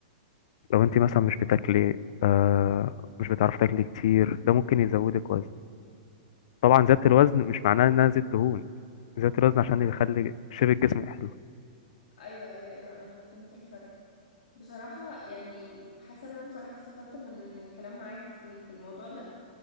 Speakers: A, on the left; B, on the left.
A: لو انت مثلا مش بتاكلي آه مش بتعرفي تاكلي كتير ده ممكن يزودك وزن طبعا زيادة الوزن مش معناها انها زيت دهون زيادة الوزن عشان يخلي شيب الجسم حلو
B: ايوه ايوه ايوه انا فهمت الفرق بصراحة يعني حاسة ان انا بصراحة استفدت من إن الكلام معاك في ال- في الموضوع ده